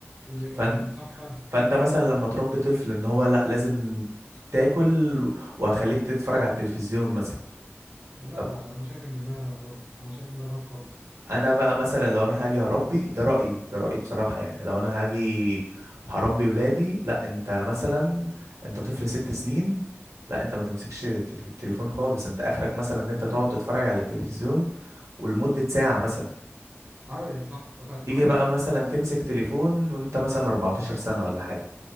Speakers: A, on the right; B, on the right.
A: إيه،
B: فن...
A: أم، صح فعلا
B: فانت مثلا لما تربي طفل ان هو لا لازم تاكل وهخليك تتفرج على التلفزيون مثلا
A: لا لا
B: طب
A: لا انا شايف ان ده غلط انا شايف ان ده غلط خالص
B: انا بقى مثلا لو انا هاجي اربي ده رايي ده رايي بصراحه يعني لو انا هاجي هربي ولادي لا انت مثلا انت طفل ست سنين لا انت ما تمسكش تل- التليفون خالص انت اخرك مثلا ان انت تقعد تتفرج على التلفزيون ولمده ساعه مثلا
A: ايوه صح فعلا.
B: تيجي
A: طب انت
B: بقى مثلا
A: ط-
B: تمسك تليفون وانت مثلا 14 سنه ولا حاجه